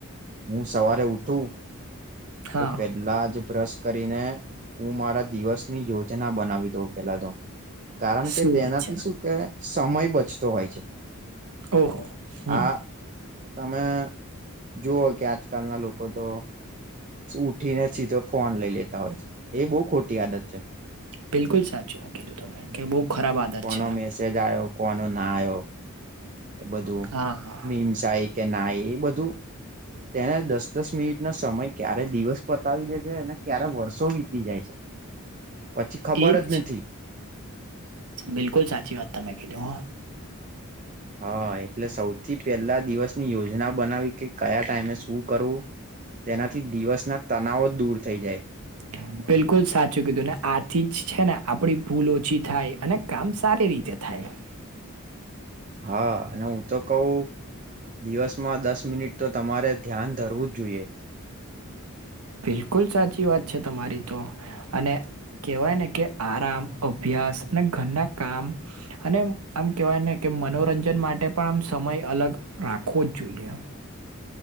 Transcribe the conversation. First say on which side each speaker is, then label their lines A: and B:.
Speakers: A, on the right; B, on the right.
A: હું સવારે ઉઠું.
B: હા
A: તો પેલા જ બ્રશ કરીને હું મારા દિવસ. ની યોજના બનાવી દઉ પેલા તો કારણ
B: શું
A: કે તેનાથી
B: વાત છે
A: શું. કે સમય બચતો હોય છે
B: ઓહો હમ
A: આ. તમે જુઓ કે આજકાલના લોકો તો. ઉઠી ને સીધો ફોન લઈ લેતા હોય છે એ બહુ ખોટી આદત છે.
B: બિલકુલ સાચુંું કીધું તમે કે બહુ ખરાબ આદત
A: કોનો
B: છે.
A: મેસેજ આવ્યો કોનો ના આવ્યો એ બધું
B: હા
A: મીમ સા. કે ના એ બધું તેને દસ દસ મિનિટ ન સમય. ક્યારે દિવસ પતાવી દે છે અને ક્યારે વર્ષો. શ વીતી જાય છે પછી ખબર
B: એજ
A: જ નથી.
B: બિલકુલ સાચી વાત ત મેં કીધું હ.
A: હા એટલે સૌથી પેલા દિવસની યોજના બનાવી કે કયા ટાઈમે શું. કરું તેનાથી દિવસ ના તનાવો દૂર થઈ જાય.
B: હ. બિલકુલ સાચું કીધું ને આથી જ છે ને આપડી ભૂલ ઓછી થાય અને કામ સારી રીતે થાય.
A: હા અને હું તો કહ દિવસમાં દસ મિનિટ. તો તમારે ધ્યાન ધરવું જ જોઈએ.
B: બિલકુલ સાચી વાત છે તમારી તો. અને કેહેવાય ને કે આરામ અભ્યાસ અને ઘરના કામ. અને આમ કેવાય ને કે મનોરંજન માટે પણ આ સમય અલગ રાખવો જ જોઈએ.